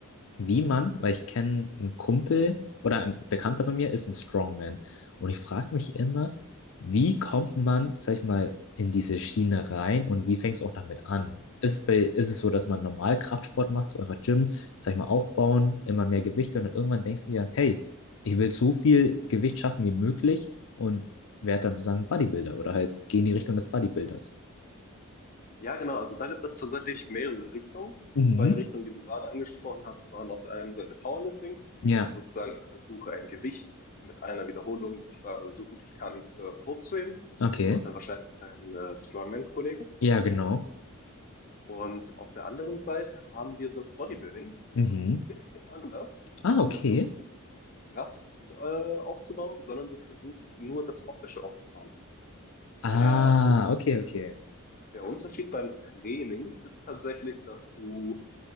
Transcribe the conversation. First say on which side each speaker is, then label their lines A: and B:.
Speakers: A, on the left; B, on the left.
A: wie man, weil ich kenne einen Kumpel oder ein Bekannter von mir ist ein Strongman. Und ich frage mich immer, wie kommt man, sag ich mal, in diese Schiene rein und wie fängst du auch damit an? Ist, bei, ist es so, dass man normal Kraftsport macht, so einfach Gym, sag ich mal, aufbauen, immer mehr Gewichte und dann irgendwann denkst du ja, hey, ich will so viel Gewicht schaffen wie möglich und werde dann sozusagen Bodybuilder oder halt geh in die Richtung des Bodybuilders.
B: Ja, genau. Also da gibt es tatsächlich mehrere Richtungen. Die
A: Mhm.
B: zwei Richtungen, die du gerade angesprochen hast, waren auf der einen Seite Powerlifting.
A: Ja,
B: Also sozusagen, ich versuche ein Gewicht mit einer Wiederholung so stark, so gut ich kann, äh, hochzuheben.
A: okay.
B: Das macht dann wahrscheinlich dein äh, Strongman-Kollege.
A: Ja, genau.
B: Und auf der anderen Seite haben wir das Bodybuilding. Das
A: Mhm.
B: ist ein bisschen anders.
A: Ah,
B: Da
A: okay.
B: versuchst du nicht die Kraft äh, aufzubauen, sondern du versuchst nur das Optische aufzubauen.
A: Ah,
B: Der Unterschied,
A: okay, okay.
B: der Unterschied beim Training ist tatsächlich, dass du